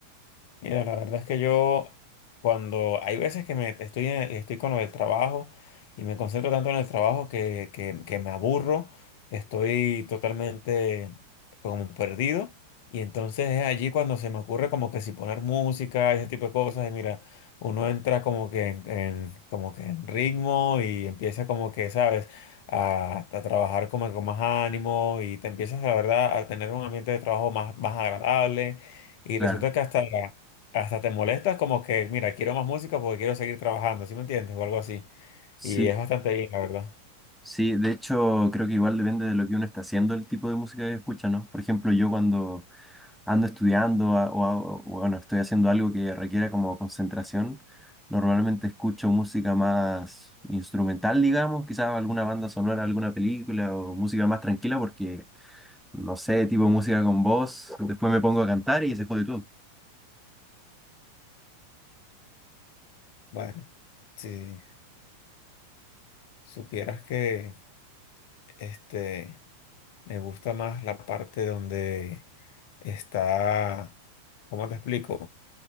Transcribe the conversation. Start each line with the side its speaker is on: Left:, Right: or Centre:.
Left: Mira, la verdad es que yo cuando hay veces que me estoy, estoy con lo del trabajo y me concentro tanto en el trabajo que, que, que me aburro, estoy totalmente como perdido y entonces es allí cuando se me ocurre como que si poner música y ese tipo de cosas y mira, uno entra como que en, en- como que en ritmo y empieza como que, ¿sabes? A, a trabajar como que con más ánimo y te empiezas, la verdad, a tener un ambiente de trabajo más, más agradable. Y
Centre: Claro,
Left: resulta que hasta, Claro hasta te molestas como que, mira, quiero más música porque quiero seguir trabajando, ¿sí me entiendes? O algo así.
Centre: sí,
Left: Y es bastante bien, la verdad.
Centre: sí, de hecho creo que igual depende de lo que uno está haciendo, el tipo de música que escucha, ¿no? Por ejemplo, yo cuando ando estudiando a- o, a- o, bueno, estoy haciendo algo que requiera como concentración, normalmente escucho música más instrumental, digamos, quizás alguna banda sonora, alguna película o música más tranquila porque, no sé, tipo música con voz, después me pongo a cantar y se jode todo.
Left: Bueno, si supieras que este me gusta más la parte donde está, ¿cómo te explico?